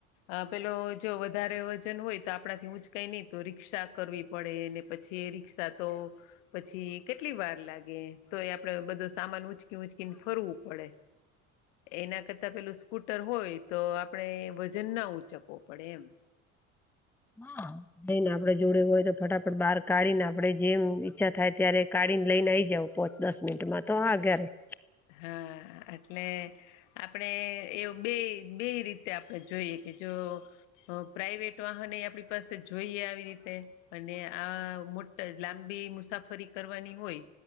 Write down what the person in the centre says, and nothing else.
હા. નઈને આપડે જોડે હોય તો ફટાફટ બાર કાઢી ને આપડે જેમ ઈચ્છા થાય ત્યારે કાઢીને લઈને આઈ જાવ. પોચ દસ મિનિટમાં તો. <unintelligible>